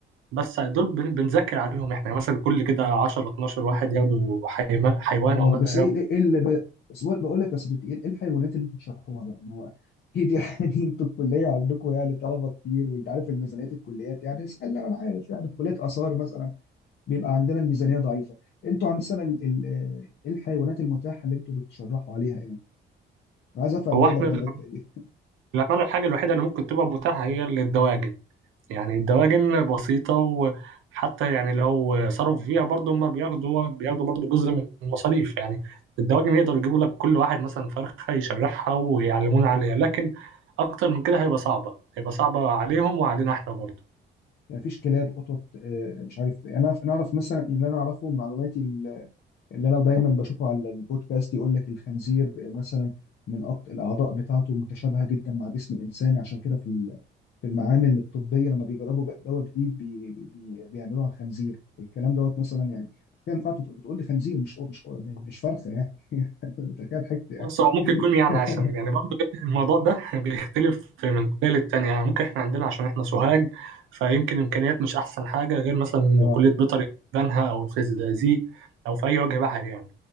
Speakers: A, on the right; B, on the left.
A: بس دول بن- بنذاكر عليهم احنا يعني مثلا كل كده 10 12 واحد ياخدوا حيما- حيوان
B: اه
A: او مثلا
B: بس
A: ياخدوا
B: ايه ايه إيه اللي ب... بس بقول بقول لك يا صديقي ايه إيه الحيوانات اللي انتوا بتشرحوها بقى ما هو اكيد يعني <laughs> انتوا الكليه عندكم يعني طلبه كتير وانت عارف الميزانيات الكليات يعني اسال انا عارف يعني في كليه اثار مثلا بيبقى عندنا الميزانيه ضعيفه انتوا عند مثلا ال... ال... آه، إيه الحيوانات المتاحه اللي انتوا بتشرحوا عليها يعني انا عايز افهم
A: هو
B: منك
A: احمد
B: الحته دي
A: للأمانة الحاجة الوحيدة اللي ممكن تبقى متاحة هي الدواجن يعني الدواجن بسيطة وحتى يعني لو صرفوا فيها برضه هما بياخدوا بياخدوا برضه جزء من المصاريف يعني الدواجن يقدروا يجيبوا لك كل واحد مثلا فرخة يشرحها ويعلمونا عليها لكن أكتر من كده هيبقى صعبة هيبقى صعبة عليهم وعلينا احنا برضه
B: يعني مفيش كلاب قطط آه، مش عارف انا انا اعرف مثلا اللي انا اعرفه من معلوماتي اللي انا دايما بشوفه على البودكاست يقول لك الخنزير مثلا من أكتر الاعضاء بتاعته متشابهه جدا مع جسم الانسان عشان كده في ال- في المعامل الطبيه لما بيجربوا ج- دواء جديد بي بي بيعملوه على الخنزير الكلام دوت مثلا يعني عشان كده ينفع تقول تقول لي خنزير مش مش مش فرخه يعني <laughs> انت كده ضحكت يعني
A: بص هو ممكن
B: <laughs>
A: يكون يعني عشان يعني برضه الموضوع ده <laughs> بيختلف من كلية للتانية يعني ممكن احنا عندنا عشان احنا سوهاج فيمكن إمكانيات مش أحسن حاجة غير مثلا
B: اه
A: كلية بيطري بنها أو الفيزيازيق أو في أي وجه بحري يعني